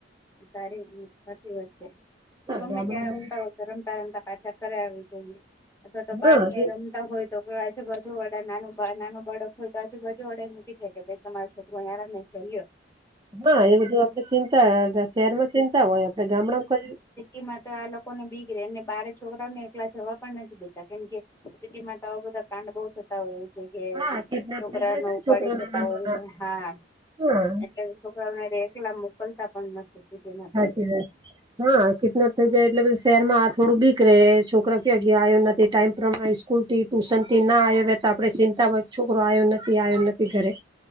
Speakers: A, on the left; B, on the right.
A: સારીતી વે તો
B: હા
A: ગમે
B: ગામડામાં
A: ત્યા્યારે રમતા હોય રમતા રમતા પાછા કરે આવી જઈએ અથવા તો
B: હા
A: બાર ક્યાંય
B: એ
A: રમ હોય તો આજુ બાજુ વડા નાનું નાનું બળક હોય તો આજુ બાજુ વડા મૂકી જકે તમારા છોકરો યાં રમે છે લો.
B: હા એ બધું આપડે ચિંતા શહેરમાં ચિંતા હોય આપડે ગામડામાં કરી
A: એમાં તો આ લોકોને બીગે રે ને બારે છોકરાઓને એકલા જવા પણ નથી બધતા કેમ કે સુટીમાં આવ બોતાા કાંડ બો થતા હોય છે કે
B: હા કિડનેપ
A: છોકરા
B: થઈ જાય
A: ને
B: છે
A: ઉપાડી
B: છોકરા
A: જતા
B: નાના
A: હોય
B: નાના
A: હા.
B: હા
A: એટલે છોકરા એકલા મોકલતા પણ નથી સિટીમાં તો
B: હાચી વાત હા કિટનાપ થઈ જાય એટલે શહેરમાં થોડું બીક ર છોકરા ક્યાં ગયો આવ્યો નથી ટાઈમ પ્રમાણે સ્કૂલ થી ટુશન થી ના આવ્યો બે તો આપડે ચિંતા છોકરો આવ્યો નથી આવ્યો નથી ઘરે.